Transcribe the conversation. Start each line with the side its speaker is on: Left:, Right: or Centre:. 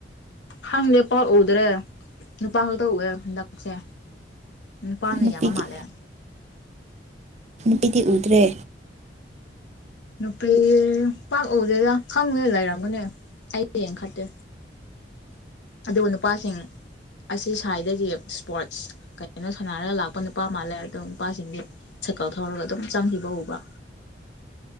Left: ꯍꯪꯗꯦ ꯄꯥꯎ ꯎꯗ꯭ꯔꯦ ꯅꯨꯄꯥ ꯈꯛꯇ ꯎꯑꯦ ꯍꯟꯗꯛꯁꯦ ꯅꯨꯄꯥꯅ
Right: ꯅꯨꯄꯤꯗꯤ
Left: ꯌꯥꯝꯕ ꯃꯥꯜꯂꯦ
Right: ꯅꯨꯄꯤꯗꯤ ꯎꯗ꯭ꯔꯦ
Left: ꯅꯨꯄꯤ ꯄꯥꯛ ꯎꯗꯦꯗ ꯈꯪꯒꯦ ꯂꯩꯔꯝꯒꯅꯦ ꯑꯩ ꯌꯦꯡ ꯈꯠꯇꯦ ꯑꯗꯨ ꯅꯨꯄꯥꯁꯤꯡ ꯑꯁꯤ ꯁ꯭ꯋꯥꯏꯗꯒꯤ ꯏꯁꯄꯣꯔꯠꯁ ꯀꯅꯣ ꯁꯥꯟꯅꯔꯒ ꯂꯥꯛꯄ ꯅꯨꯄꯥ ꯃꯥꯜꯂꯦ ꯑꯗꯣ ꯅꯨꯄꯥꯁꯤꯡꯗꯤ ꯁꯥꯏꯀꯜ ꯊꯧꯔꯒ ꯑꯗꯨꯝ ꯆꯪꯈꯤꯕ ꯎꯕ